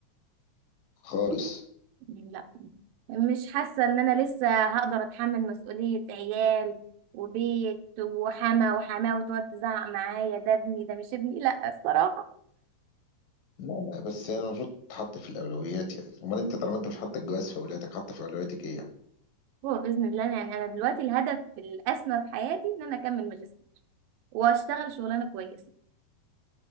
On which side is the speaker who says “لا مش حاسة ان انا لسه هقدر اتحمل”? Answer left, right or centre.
Right